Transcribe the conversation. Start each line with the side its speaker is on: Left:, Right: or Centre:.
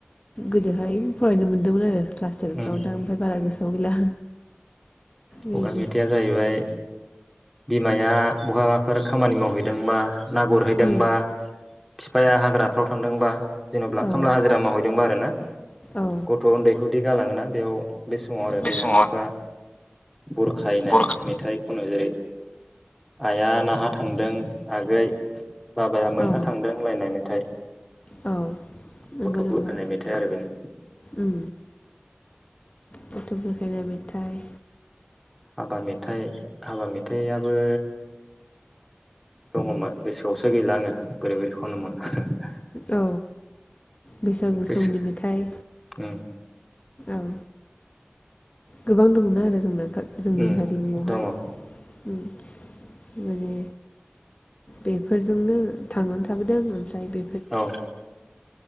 Left: गोदोहाय फरायनो मोनदोंमोन आरो क्लास टेनफ्राव
Centre: उम
Left: दा ओमफ्राय बारा गोसोआव गैला।
Centre: खुगा
Left: बेनो
Centre: मेथाइया जाहैबाय बिमाया बहाबाफोर खामानि मावहैदोंबा ना गुरहैदोंबा
Left: उम
Centre: फिफाया हाग्राफ्राव थांदोंबा जेन'ब्ला
Left: औ
Centre: खामला हाजिरा मावहैदोंबा आरो ना
Left: औ
Centre: गथ' उन्दैखौ दि गालाङो ना बेयाव बे समाव आरो
Left: बे
Centre: बिनानावफ्रा
Left: समाव
Centre: बुरखायनाय
Left: बर'खा
Centre: मेथ थाइ खनो। जेरै आइया नाहा थांदों आगै बाबाया मैहा
Left: औ
Centre: थांदों होनलायनाय मेथाइ।
Left: औ नंगौ
Centre: गथ'
Left: नंगौ।
Centre: बुरखायनाय मेथाइ आरो बेनो
Left: ओम गथ' बुरखायनाय मेथाइ।
Centre: हाबा मेथाइ। हाबा मेथाइयाबो दङ'मोन गोसोआवसो गैला आङो बोरै बोरै खनोमोन <unintelligible>
Left: औ बैसागु
Centre: गोसो
Left: समनि मेथाइ
Centre: उम
Left: औ। गोबां दङ' ना आरो जोंना जोंनि
Centre: उम
Left: हारिमुआवहाय
Centre: दङ औ
Left: उम माने बेफोरजोंनो थांनानै थाबोदों ओमफ्राय बे
Centre: औ।